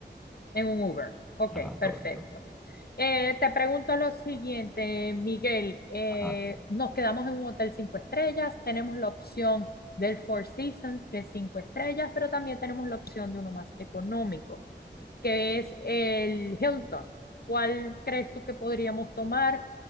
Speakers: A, on the left; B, in the centre.
A: en un Uber. Ok,
B: Ajá,
A: perfecto.
B: correcto.
A: Eh, te pregunto lo siguiente, Miguel. eh,
B: Ajá.
A: nos quedamos en un hotel cinco estrellas, tenemos la opción del Four Seasons, que es cinco estrellas, pero también tenemos la opción de uno más económico. que es el Hilton. ¿Cuál crees tú que podríamos tomar?